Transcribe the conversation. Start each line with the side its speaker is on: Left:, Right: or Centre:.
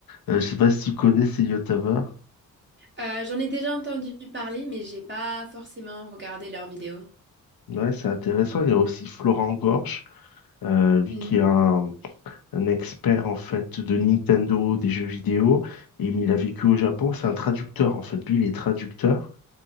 Left: je sais pas si tu connais ces youtubeurs.
Right: Euh, j'en ai déjà entendu parler, mais j'ai pas forcément regardé leurs vidéos.
Left: Ouais, c'est intéressant. Il y a aussi Florent Gorge, euh, lui
Right: Mm.
Left: qui est un, un expert en fait de Nintendo, des jeux vidéo, et il a vécu au Japon. C'est un traducteur en fait. Lui, il est traducteur.